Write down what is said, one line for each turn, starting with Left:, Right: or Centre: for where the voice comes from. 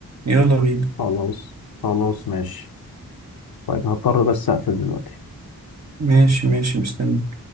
Right: يلا بينا
Left: خلاص خلاص ماشي طيب هضطر بس اقفل دلوقتي
Right: ماشي ماشي مستني